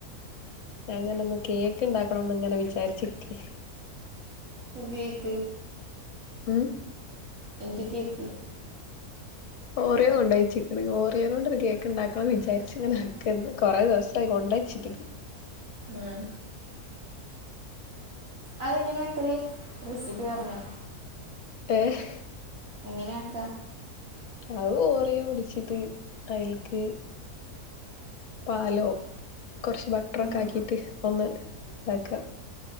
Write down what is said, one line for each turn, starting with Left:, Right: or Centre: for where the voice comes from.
Left: ഞാൻ അങ്ങനെ ഒന്ന് കേക്ക് ഉണ്ടാക്കണംന്ന് ഇങ്ങനെ വിചാരിച്ചിക്കേ
Right: <unintelligible> ക്ക്
Left: ഉം
Right: എന്ത് കേക്ക്?
Left: ഓറിയോ കൊണ്ടോച്ച്ക്ക്ണ് ഓറിയോനോണ്ട് ഒരു കേക്ക് ഇണ്ടാക്കണം വിചാരിച്ച ഇങ്ങനെന്ന് കൊറേ ദിവസം ഇപ്പയ് കൊണ്ടച്ചിട്ട്ക്ക്
Right: ആഹ്. അതെങ്ങനെയ വെക്കല്. റെസിപ്പി പറഞ്ഞാ.
Left: ഏഹ്
Right: എങ്ങനെയാക്കാ
Left: അത് ഓറയോ പിടിച്ചിട്ട് അതിൽക്ക് പാലോ കൊർച് ബട്ടറൊക്കെ
Right: ഉം.
Left: ആക്കിട്ട് ഒന്ന് താക്കാ